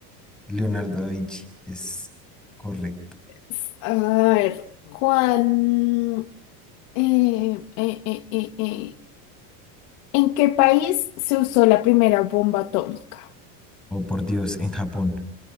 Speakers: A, in the centre; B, on the left.
A: Leonardo da Vinci. Es correcto.
B: S- A ver, ¿cuán- eh, eh, eh, eh, eh, ¿En qué país se usó la primera bomba atómica?
A: Oh, por Dios, en Japón.